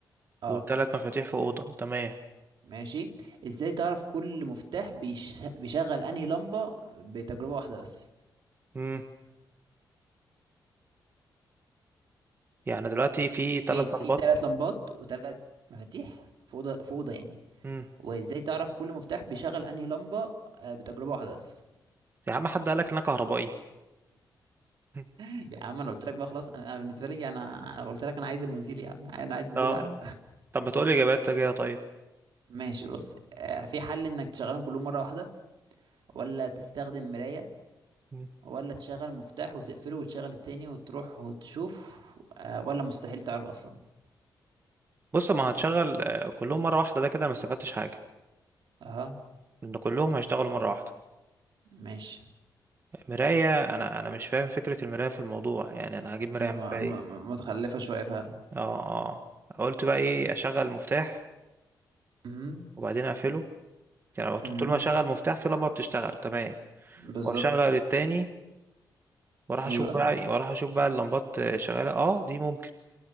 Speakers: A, on the right; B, on the right.
A: اه
B: وثلاث مفاتيح في اوضه تمام
A: ماشي ازاي تعرف كل مفتاح بيش... بيشغل انهي لمبة بتجربة واحدة بس
B: امم يعني دلوقتي في ثلاث
A: بيت فيه
B: لمبات
A: تلات لمبات وتلات مفاتيح في اوضة في اوضة يعني
B: امم
A: وازاي تعرف كل مفتاح بيشغل انهي لمبة آه، بتجربة واحدة بس
B: يا عم حد قالك ان انا كهربائي <laughs>
A: <laughs> يا عم انا قلت لك بقى خلاص انا أنا بالنسبة لي انا انا قلت لك انا عايز المزيل يا عم انا عايز مزيل
B: اه
A: العرق
B: طب ما تقولي اجابات كده طيب
A: ماشي بص آه، في حل انك تشغلهم كلهم مرة واحدة ولا تستخدم مراية
B: مم.
A: ولا تشغل مفتاح وتقفله وتشغل التاني وتروح وتشوف آه، ولا مستحيل تعرف اصلا
B: بص ما هتشغل آه، كلهم مره واحده ده كده انا ما استفدتش حاجه
A: اها
B: لان كلهم هيشتغلوا مره واحده
A: ماشي
B: مرايه انا انا مش فاهم فكره المرايه في الموضوع يعني انا هجيب مرايه
A: هي
B: اعمل
A: م-
B: بيها ايه
A: م- متخلفة شوية فعلا
B: اه اه قلت بقى ايه اشغل المفتاح
A: امم
B: وبعدين اقفله يعني لو طول
A: امم
B: ما اشغل مفتاح في لمبه بتشتغل تمام
A: بالظبط
B: واشغل التاني واروح
A: ايوه
B: اشوف بقى واروح اشوف بقى اللمبات آه، شغاله اه دي ممكن